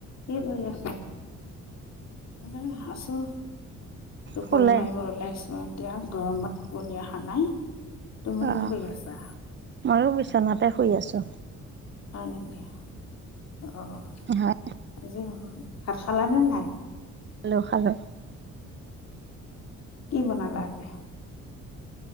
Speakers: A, on the left; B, on the right.
A: কি কৰি আছা? এনেই আছোঁ। টোপনি
B: শুলে
A: মাৰিব ওলাইছোঁ এতিয়া গৰমত টোপনি অহা নাই। তুমি
B: অ',
A: কি কৰি আছা?
B: ময়ো বিচনাতে শুই আছোঁ।
A: হয় নিকি অ' অ'
B: হয়।
A: আজি। নহল। ভাত খালা‌নে নাই?
B: খালো খালো।
A: কি বনালা আজি?